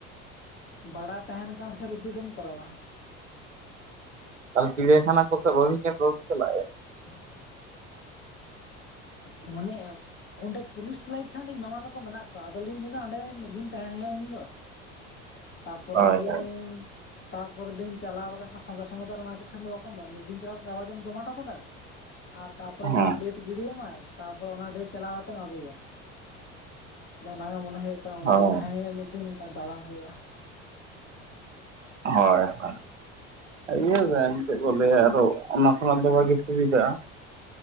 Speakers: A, on the left (about 35°); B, on the right (about 85°).
A: ᱵᱟᱰᱟᱭ ᱛᱟᱦᱮᱱᱸ ᱠᱷᱟᱱ ᱥᱮ ᱨᱤᱯᱤᱴ ᱮᱢ ᱠᱚᱨᱟᱣᱟ᱾
B: ᱛᱟᱦᱚᱞᱮ ᱪᱤ ᱰᱮ ᱠᱚ ᱥᱮᱫ ᱵᱟᱵ ᱧ ᱵᱟᱟᱹᱵᱤᱱ <unintelligible> ᱪᱟᱞᱟᱜᱼᱟ᱾
A: <inaudible> ᱦᱮᱸ ᱢᱚᱱᱮ ᱚᱸᱰᱮ ᱯᱩᱞᱤᱥ ᱞᱟᱭᱤᱱ ᱴᱷᱮᱱ ᱢᱟᱢᱟ ᱛᱟᱠᱚ ᱢᱮᱱᱟᱜ ᱠᱚᱣᱟ ᱟᱫᱚ ᱞᱤᱧ ᱞᱟᱹᱭ ᱮᱫᱟ ᱚᱸᱰᱮ ᱢᱤᱫ ᱫᱤᱱ ᱛᱟᱦᱮ ᱸᱱ ᱦᱩᱭᱩᱜᱼᱟ ᱩᱱᱫᱚ᱾ ᱛᱟᱯᱚᱨᱮᱨ
B: ᱦᱳᱭ
A: ᱫᱤᱱ
B: ᱦᱳᱭ
A: ᱛᱟᱯᱚᱨᱮᱨ ᱫᱤᱱ ᱪᱟᱞᱟᱣ ᱠᱟᱛᱮ ᱦᱚ ᱥᱚᱸᱜᱮ ᱥᱚᱸᱜᱮ ᱫᱚ ᱟᱨ ᱢᱟᱭᱜᱛᱜᱮᱷᱵᱵᱮ ᱥᱱ ᱫᱚ ᱵᱟᱠᱚ ᱮᱢᱚᱜ-ᱟ ᱢᱤᱫᱤᱱ ᱪᱞᱟᱣ ᱠᱟᱛᱮ ᱠᱟᱡ <inaudible> ᱮᱢ ᱡᱚᱢᱟ ᱦᱚᱴᱚ ᱠᱟᱫᱟ᱾ ᱟᱨ ᱛᱟᱯᱚᱨᱮ ᱢᱤᱫ
B: ᱦᱮᱸ
A: ᱫᱤᱱ ᱰᱮᱴ ᱜᱤᱲᱤ ᱟᱢᱟᱭ ᱛᱟᱯᱚᱨᱮ ᱚᱱᱟ ᱰᱮᱴ ᱪᱟᱞᱟᱣ ᱠᱟᱛᱮᱢ ᱟᱹᱜᱩᱭᱟ, ᱚᱱᱟ ᱜᱮ ᱢᱚᱱᱮ ᱦᱩᱭᱩᱜ ᱛᱟᱦᱚᱞᱮ ᱚᱸᱰᱮ
B: ᱦᱳᱭ
A: ᱛᱟᱦᱮᱸᱱ ᱦᱩᱭᱩᱜᱼᱟ ᱢᱤᱫ ᱫᱤᱱ ᱚᱱᱠᱟ ᱫᱟᱬᱟᱱ ᱦᱩᱭᱩᱜᱼᱟ᱾
B: ᱦᱳᱭ ᱚᱠᱟ᱾ ᱤᱭᱟᱹ ᱥᱮ ᱟᱢ ᱪᱮᱫ ᱠᱚ ᱞᱟᱹᱭᱟ ᱟᱨᱚ ᱚᱱᱟ ᱠᱷᱚᱱᱟᱜ ᱫᱚ ᱵᱷᱟᱜᱮ ᱥᱩᱵᱤᱫᱟᱜᱼᱟ᱾